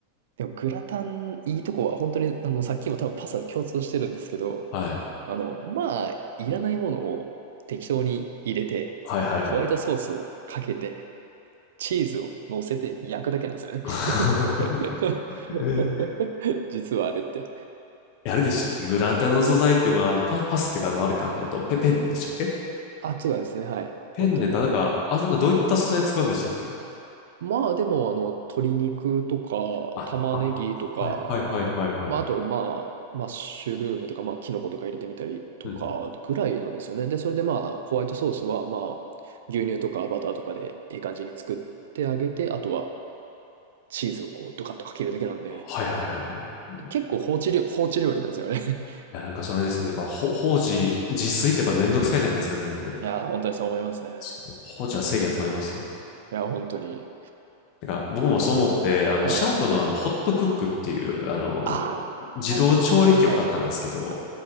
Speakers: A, on the right (about 60°); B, on the left (about 40°).
A: でもグラタン、いいとこは、本当に、あの、さっきも多分パスタと共通してるんですけど、
B: はい。
A: あの、まあ、いらないものを適当に入れて、
B: はいはいはい。
A: ホワイトソースをかけて、チーズを乗せて焼くだけなんですよね。
B: <laughs>
A: <laughs>
B: え
A: 実はあれって。
B: あれでしたっけグラタンの素材って、まあ、あのパ、パスってか、あの、あれか、えっと、ペ、ペンでしたっけ
A: あ、そうですね、はい。
B: ペンネタ、
A: 本当に。
B: なんか、あ、なんかどういった素材使うんでしたっけ
A: まあでも、あの、鶏肉とか、
B: あ、
A: 玉ねぎとか、
B: あ、はいはいはいはいはい。
A: まああと、まあ、マッシュルームとか、まあ、キノコとか入れてみたりとか、
B: うんうん
A: ぐらいなんですよね。で、それでまあ、ホワイトソースは、まあ、牛乳とかバターとかで、いい感じに作ってあげて、あとは、チーズをこう、ドカッとかけるだけなんで、
B: はいはいはいはい。い
A: 結構放置料、放置料理なんですよね。<laughs>
B: や、なんかそれですね。やっぱ、ほ、法事、自炊ってやっぱめんどくさいじゃないですか、全部。
A: いやー、本当にそう思いますね。
B: 確かに法事は正義だと思いますよ。
A: いやー、本当に。
B: なんか僕もそう思って、あの、
A: はい。
B: シャープのあの、ホットクックっていう、あの、
A: ああ、
B: 自動調理器を買ったんですけど、
A: はいはいはいはいはい。あ